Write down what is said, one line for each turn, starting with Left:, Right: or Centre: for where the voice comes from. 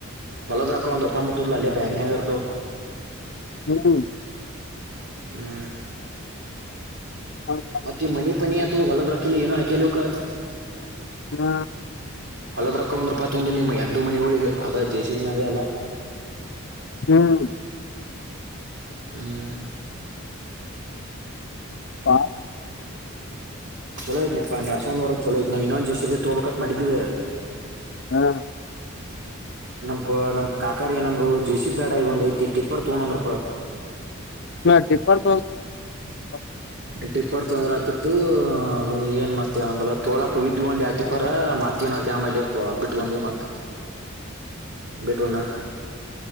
Right: ಹೊಲದ್ರಕ್ಕ ಒಂದ್ೂಪಾಯಿ ಮುಟ್ಟುದ್ಲ ಅಲ್ಲೇ ಬ್ಯಾಂಕ್ನರ್ತ
Left: ಹ್ಮ್
Right: ಹ್ಮ್
Left: ಹ್ಮ
Right: ಮತ್ತ ಮನಿ ಪನಿ ಅತ ಹೊಲದ್ ರಕ್ಕಲಿ ಏನೋ ಹಾಕಲಿಕ್ಕ
Left: ಹಾ
Right: ಹಳದ ರೊಕ್ಕ ಒಂದ್ ರೂಪತ್ ಒಂದು ಎಡ್ಡು ಮನಗಳಿಗೆ ಅದ ಜೇಸಿ ಮ್ಯಾಗ ಎಲ್ಲ
Left: ಹ್ಮ್
Right: ಹ್ಮ್
Left: ಹ
Right: ಚಲೋ್ಲಿ ಇಪ್ಪಾ ಎಡ್ ಸೌ್ವರ್ ಚಲೋಯಐತ್ ನವು ಇನ್ನೊಂದು ಜಸಿ ಬ ತೋಬೇಕತ್ ಮಾಡಿದಿವವಿ
Left: ಹ್ಮ
Right: ನಮಪ ನಮ ಕಾಕರ್ ಏನಂದ್ರು ಜೆ ಸಿ ಬಿ ಬ್ಯಾಡ ಈಗ ಒಂದ ಐತಿ ಟಿಪ್ಪರ್ ತಗೊಂಡಂದ್ರಪ
Left: <unintelligible> ಟಿಪ್ಪರ್ <unintelligible> <unintelligible>
Right: ಟಿಪ್ಪರ್ ತೊಂದ್ರ ಹಾಕಿತ್ತು ಅದು ಏನ್ ಮತ್ತೆ ಆಂಬಲ ತಗೋಲಕ್ಕೆ ಹೋಗಿದ್ವಿ ಒಂದು ಟಿಪ್ಪರ್ ಮತ್ತನ ಮತ್ತೆ ಆಮೇಲೆಪ್ಪ ಬಿಟ್ ಬಂದ್ವಿ ಮತ್ತೆ
Left: ಹ
Right: ಬಿಟ್ ಬಂದ